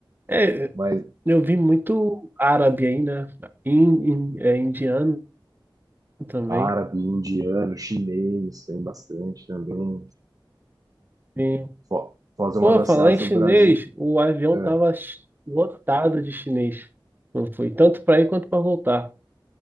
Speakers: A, on the right; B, on the right.
A: É,
B: Mas
A: eu vi muito árabe aí, né? In, in- é, indiano também.
B: árabe, indiano, chinês, tem bastante também.
A: Sim.
B: Fo- Foz é uma
A: Pô,
B: das
A: falar
B: cidades
A: em chinês,
B: do Brasil.
A: o avião
B: É,
A: tava ch- lotado de chinês. Não foi tanto para ir quanto para voltar.